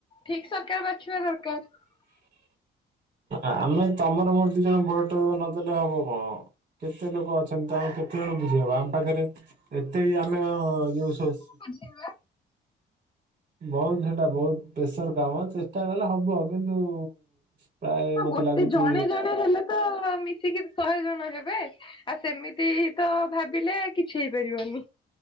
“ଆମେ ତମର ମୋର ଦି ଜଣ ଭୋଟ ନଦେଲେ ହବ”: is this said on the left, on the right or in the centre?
Right